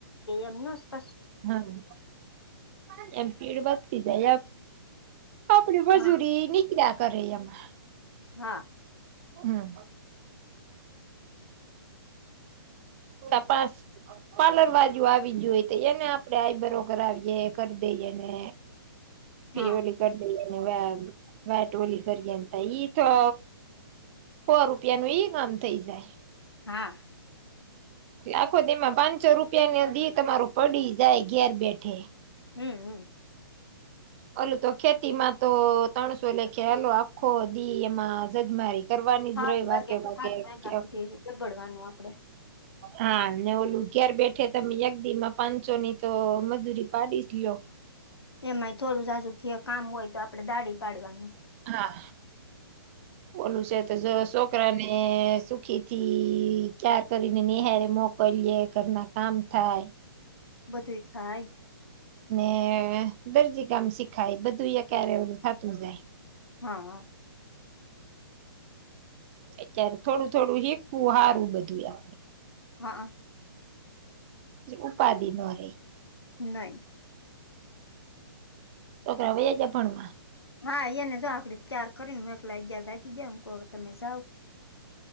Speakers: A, on the left; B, on the right.
A: એમ ન સ્પ
B: હા એમ સ્પીડ વધતી જાય અએમ આપડી મજૂરી
A: હા
B: નીકળ્યા કરે એમા
A: હા
B: હમ્મ તપાસ પાર્લર બાજુ આવી જોઈ તો એને આપડે આઈ બ્ર આવીએ કરી દઈએને. ફ
A: હા
B: ઓલી કરી દેને વાટ ઓલી કરીએે એઈ તો સો રૂપિયા નુ ઈ કામ થઈ જાય.
A: હા
B: આખો દી મા પાંચસો રૂપિયા ન દી તમારો પડી જાય ઘેર બેઠે
A: હમ્મ હમ્મ
B: ઓલુ તો ખેતીમાં તો ત્રણસો લેખે હાલો આખો દી એમાં જદમારી કરવાની
A: સાત
B: જ રહી વાકે
A: વાગ્યા થી
B: વાકે
A: સાત વાગ્યા
B: કે
A: સુધી દબડવાનું આપડે
B: હા ને ઓલું ઘેર બેઠે તમે અ એકદી માં પાંચસો ની તો મજૂરી પાડી જ લો
A: એમાંય થોડું જાજુ કયો કામ હોય તો આપડે દાળી પાડવા
B: હા ઓલું છે તો જો છોકરાને. ને સુખી થી ચા કરીને નિહાળે મોકલીએ ઘરના કામ થાય.
A: બધું થાય.
B: ને દરજી કામ શીખાય બધું એક હાયરે ઓલુ થાતું જાય.
A: હા હા
B: અત્યારે થોડું થોડું હીકુંવુ સારું બધું એમ
A: હ
B: ઉપાધિ નો રે
A: નહી.
B: છોકરા વયા જાય પણ
A: હા અહીંયા ને આપડી ચાર કરીને એકલા અગિયાર વાગી રહ્યાં ગયા તમે સ